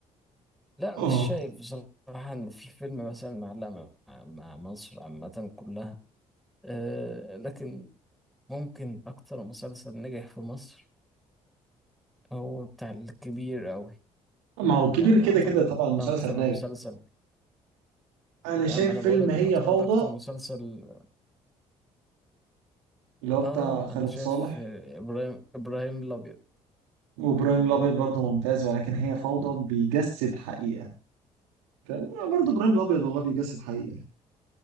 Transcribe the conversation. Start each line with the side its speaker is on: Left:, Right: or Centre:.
Centre: لا
Right: اه
Centre: مش شايف بصراحة إن في فيلم مثلا معلق مع, مع مصر عامة كلها أه لكن ممكن أكتر مسلسل نجح في مصر هو بتاع الكبير أوي
Right: ما هو الكبير
Centre: يعني
Right: كده
Centre: أعتقد
Right: كده طبعا مسلسل
Centre: ده أكتر
Right: ناجح
Centre: مسلسل
Right: انا
Centre: أما
Right: شايف
Centre: أنا
Right: فيلم
Centre: بقولك
Right: هي
Centre: يعتبر
Right: فوضى
Centre: ده أكتر مسلسل
Right: اللي هو بتاع
Centre: آه
Right: خالد
Centre: أنا شايف
Right: صالح
Centre: آه، إبراهيم إبراهيم الأبيض
Right: وابراهيم الابيض برضه ممتاز ولكن هي فوضى بيجسد حقيقة فاهم؟ برضه ابراهيم الابيض والله بيجسد حقيقة